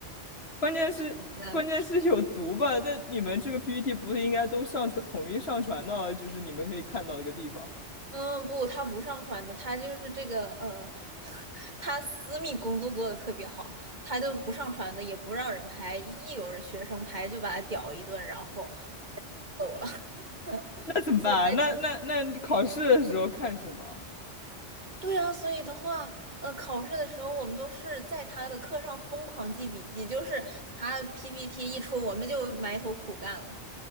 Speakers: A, on the left; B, on the right.
A: <laughs> 关键是关键是有毒吧？
B: 呃
A: 那你们这个 PPT 不是应该都上传统一上传到就是你们可以看到的一个地方吗？
B: 嗯，不，他不上传的，他就是这个呃，<laughs> 他私密工作做的特别好，他就不上传的，也不让人拍，一有人学生拍就把他屌一顿，然后 <laughs> 走了。<laughs>
A: 那怎么办啊？
B: 所以
A: 那那那考试的时候看什么？
B: 对啊，所以的话，呃，考试的时候我们都是在他的课上疯狂记笔记，就是他 PPT 一出，我们就埋头苦干了。